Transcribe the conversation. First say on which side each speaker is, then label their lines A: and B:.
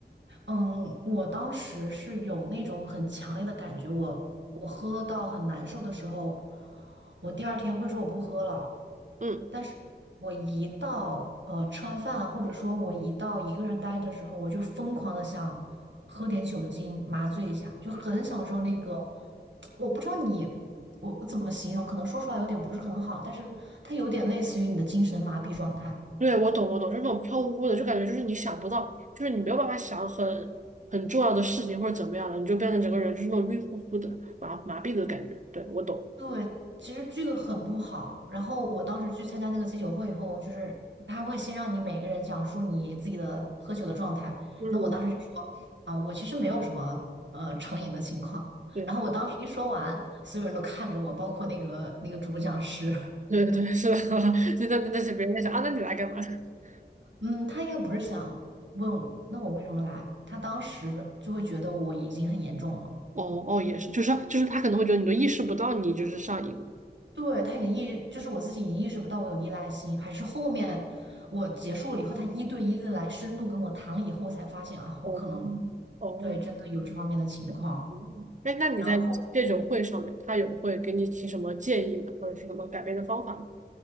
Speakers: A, on the right; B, on the right.
A: 嗯，我当时是有那种很强烈的感觉，我我喝到很难受的时候，我第二天会说我不喝了。
B: 嗯，
A: 但是我一到呃吃完饭，或者说我一到一个人待的时候，我就疯狂的想喝点酒精麻醉一下，就很享受那个。我不知道你，我我怎么形容，可能说出来有点不是很好，但是它有点类似于你的精神麻痹状态。
B: 对，我懂，我懂，就是那种飘忽忽的，就感觉就是你想不到，就是你没有办法想很很重要的事情或者怎么样了，你就变成整个人就是那种晕乎乎的、麻麻痹的感觉。对，我懂。
A: 对，其实这个很不好。然后我当时去参加那个戒酒会以后，就是他会先让你每个人讲述你自己的喝酒的状态。
B: 嗯，
A: 那我当时就说，啊、我其实没有什么呃成瘾的情况。
B: 对
A: 然后我当时一说完，所有人都看着我，包括那个那个主讲师。<laughs>
B: 对对，是的，<laughs> 就那那些别人在想啊，那你来干嘛？<laughs>
A: 嗯，他应该不是想问那我为什么来，他当时就会觉得我已经很严重了。
B: 哦哦，也是，就是就是他可能会觉得你都意识不到你就是上瘾了。
A: 对，他已经意，就是我自己已经意识不到我有依赖性，还是后面我结束了以后，他一对一的来深度跟我谈了以后，我才发现啊，我可能
B: 哦哦，
A: 对真的有这方面的情况。
B: 嗯哎，那你在戒酒会上面，
A: 然后
B: 他有会给你提什么建议吗？或者是什么改变的方法吗？